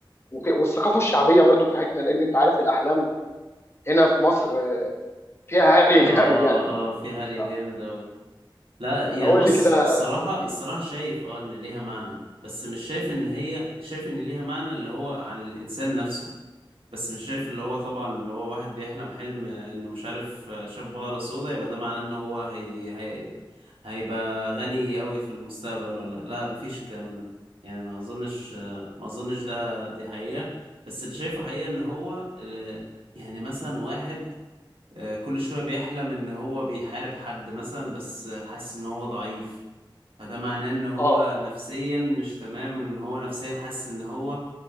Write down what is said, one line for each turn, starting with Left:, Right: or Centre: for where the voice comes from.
Left: وك... والثقافه الشعبيه برضو بتاعتنا لان انت عارف الاحلام هنا في مصر آه، فيها هري
Right: اه
Left: <laughs> جامد يعني
Right: اه في هري
Left: ف-
Right: جامد اوي لا يعني
Left: فقول
Right: بص
Left: لي كده
Right: الصراحة
Left: الدنيا.
Right: الصراحة شايف اه ان ليها معنى بس مش شايف ان هي شايف ان ليها معنى اللي هو عن الانسان نفسه بس مش شايف اللي هو طبعا اللي هو واحد بيحلم حلم انه مش عارف آه، شاف بقرة سودا يبقى ده معناه ان هو هي هي هيبقى غني اوي في المستقبل ولا لا مفيش الكلام ده يعني ما اظنش آه، ما اظنش ده دي حقيقة بس اللي شايفه حقيقة ان هو آه، يعني مثلا واحد آه، كل شوية بيحلم ان هو بيحارب حد مثلا بس حاسس ان هو ضعيف فده معناه ان هو
Left: اه
Right: نفسيا مش تمام ان هو نفسيا حاسس ان هو